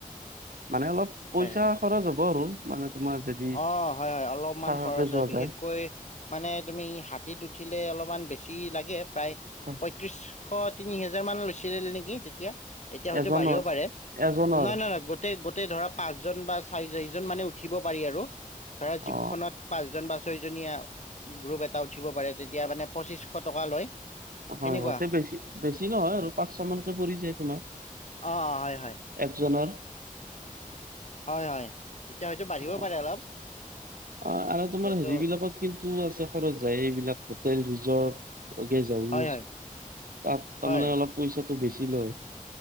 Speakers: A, on the right (about 85°); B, on the left (about 55°).
A: মানে অলপ পইচা
B: হয় হয়
A: খৰচ হ'ব আৰু মানে তোমাৰ যদি
B: অ', হয়-হয় অলপমান
A: থাকাকে
B: খৰচ
A: যোৱা
B: হয়, বিশেষকৈ
A: যায়।
B: মানে তুমি হাতীত উঠিলে অলপমান বেছি লাগে, প্ৰায়
A: হয়।
B: পঁয়ত্ৰিশ তিনি হেজাৰ মান লৈছিল নেকি তেতিয়া। এতিয়া হয়তো
A: এজনৰ
B: বাঢ়িব পাৰে
A: এজনৰ
B: নাই-নাই-নাই গো-গোটেই ধৰা পাঁচজন বা চাৰি চাৰিজন মানে উঠিব পাৰি আৰু- ধৰা জীপ
A: অ
B: খনত পাঁচজন বা ছয়জনীয়া গ্ৰুপ এটা উঠিব পাৰে তেতিয়া মানে পঁচিছশ টকা লয়-
A: হয়-হয়
B: সেনেকুৱা।
A: তে বেছি-বেছি নহয় আৰু পাঁচছ মানকে পৰিছে তোমাৰ।
B: অ', অ', হয়, হয়,
A: একজনৰ-
B: হয়-হয় এতিয়া হয়তো বাঢ়িব
A: অ
B: পাৰে অলপ।
A: অ আৰু তোমাৰ
B: যিহেতু
A: হেৰি বিলাকত কিন্তু আছে খৰচ যায় এইবিলাক হোটেল ৰিজৰ্টজ গেছসাওছ
B: হয়, হয়,
A: তাৰমানে
B: হয়,
A: অলপ পইচাটো বেছি লয়,